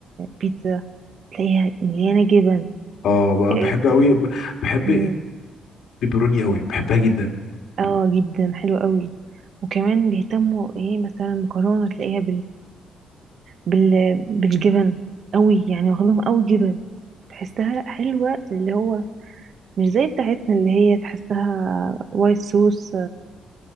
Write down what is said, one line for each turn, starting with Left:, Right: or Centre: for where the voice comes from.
Right: بيتزا تلاقيها مليانه جبن
Left: اه ب-
Right: آه
Left: بحب قوي بحب
Right: مم،
Left: البيبروني قوي بحبها جدا
Right: اه جدا حلو قوي وكمان بيهتموا ايه مثلا المكرونه تلاقيها بال... بالجبن قوي يعني واخدهم قوي جبن تحسها حلوة اللي هو مش زي بتاعتنا اللي هي تحسها وايت صوص